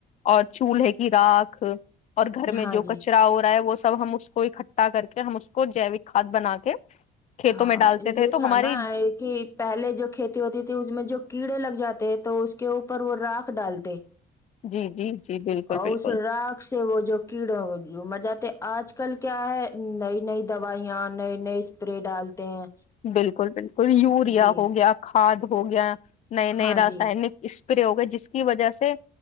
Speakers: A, on the left; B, on the left.
A: اور چھول کی راکھ اور گھر میں
B: ہاں
A: جو
B: جی
A: کچرا ہو رہا ہے وہ سب ہم اس کو اکٹھا کر کہ ہم اس کو جیوک کاد بنا کے کھیتوں
B: ہاں
A: میں ڈالتے تھے
B: یہ
A: تو
B: تھا
A: ہماری
B: نا کہ پہلے جو کھیتی ہوتی تھی اس میں جو کیڑے لگ جاتے تو اس کے اوپر وہ راکخ ڈالتے
A: جی جی جی بالکل
B: اور
A: بالکل
B: اس رگ سے وہ جو کیڑا جو مر جاتے آج کل کیا ہے نئی نئی دوائیاں نئے نئے اسپرے ڈالتے ہیں
A: بالکل بالکل یوریا
B: جی
A: ہو گیا کھاد ہو گیا نئے نئے
B: ہاں
A: راسائنک
B: جی
A: پے ہوگئے جس کی وجہ سے